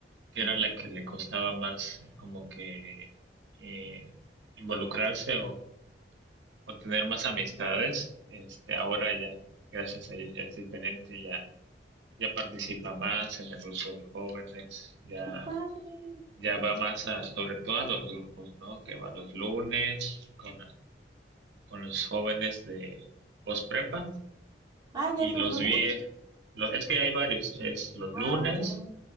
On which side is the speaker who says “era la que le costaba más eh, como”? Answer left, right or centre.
Right